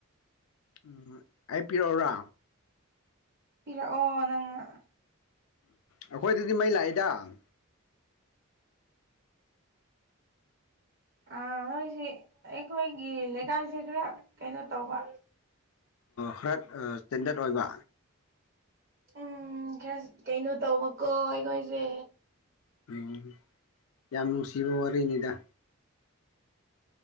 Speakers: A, on the left; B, on the right.
A: ꯎꯝ ꯑꯩ ꯄꯤꯔꯛꯎꯔ
B: ꯄꯤꯔꯛꯑꯣ ꯅꯪꯅ
A: ꯑꯩꯈꯣꯏꯗꯗꯤ ꯃꯩ ꯂꯥꯛꯏꯗꯪ
B: ꯑ ꯑꯣꯏꯁꯤꯦ ꯑꯩꯈꯣꯏꯒꯤ ꯂꯩꯀꯥꯏꯁꯦ ꯈꯔ ꯀꯩꯅꯣ ꯇꯧꯕ
A: ꯈꯔ ꯁ꯭ꯇꯦꯟꯗꯔꯠ ꯑꯣꯏꯕ
B: ꯎꯝ ꯈꯔ ꯀꯩꯅꯣ ꯇꯧꯕꯀꯣ ꯑꯩꯈꯣꯏꯁꯦ
A: ꯑꯣ ꯌꯥꯝ ꯅꯨꯡꯁꯤꯕ ꯋꯥꯔꯤꯅꯦꯗ